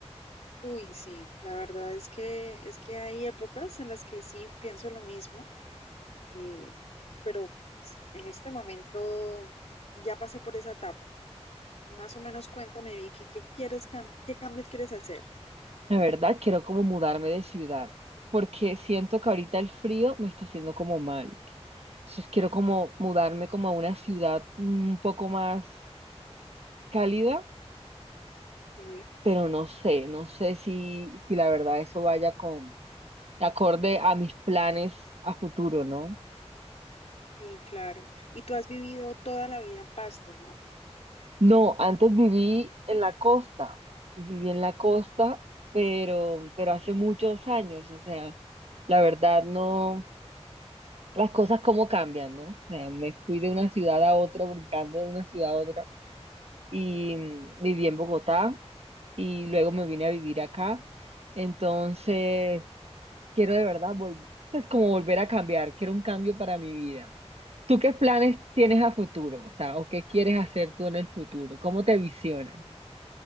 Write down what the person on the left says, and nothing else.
Uy, sí, la verdad es que es que hay épocas en las que sí pienso lo mismo, eh, pero en este momento ya pasé por esa etapa. Más o menos cuéntame, Vicky, ¿qué quieres cam- qué cambios quieres hacer?
Sí,
sí, claro. Y tú has vivido toda la vida en Pasto, ¿no?